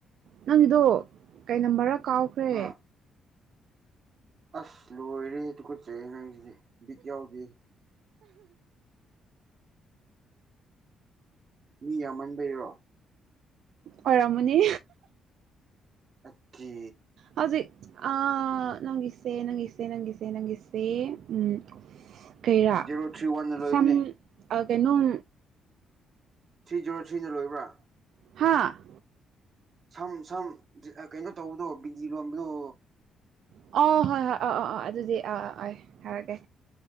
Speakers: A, on the right (about 60°); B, on the right (about 35°).
A: ꯅꯪꯒꯤꯗꯣ ꯀꯩ ꯅꯝꯕꯔꯔꯥ ꯀꯥꯎꯈ꯭ꯔꯦ
B: ꯍꯥ ꯑꯁ ꯂꯣꯏꯔꯦꯍꯦ ꯇꯨꯀꯠꯆꯩꯍꯦ ꯅꯪꯖꯤꯗꯤ ꯕꯤꯠ ꯌꯥꯎꯗꯦꯍꯦ ꯃꯤ ꯌꯥꯝꯃꯟꯕꯩꯔꯣ
A: ꯑꯣꯏꯔꯝꯃꯅꯤ
B: ꯑꯠꯇꯦ
A: ꯍꯧꯖꯤꯛ ꯑꯥ ꯅꯪꯒꯤꯁꯦ ꯅꯪꯒꯤꯁꯦ ꯅꯪꯒꯤꯁꯦ ꯅꯪꯒꯤꯁꯦ ꯎꯝ ꯀꯩꯔꯥ
B: ꯖꯦꯔꯣ ꯊ꯭ꯔꯤ ꯋꯥꯟꯅ ꯂꯣꯏꯕꯅꯦ
A: ꯁꯝ ꯑꯥ ꯀꯩꯅꯣꯝ
B: ꯊ꯭ꯔꯤ ꯖꯤꯔꯣ ꯊ꯭ꯔꯤꯅ ꯂꯣꯏꯕ꯭ꯔꯥ
A: ꯍꯥꯥ
B: ꯁꯝ ꯁꯝ ꯗꯤ ꯀꯩꯅꯣ ꯇꯧꯕꯗꯣ ꯕꯤꯟꯗꯤ ꯂꯣꯟꯕꯗꯣ
A: ꯑꯣ ꯍꯣꯏ ꯍꯣꯏ ꯑꯥ ꯑꯥ ꯑꯥ ꯑꯗꯨꯗꯤ ꯑꯥ ꯑꯥ ꯑꯩ ꯊꯥꯔꯀꯦ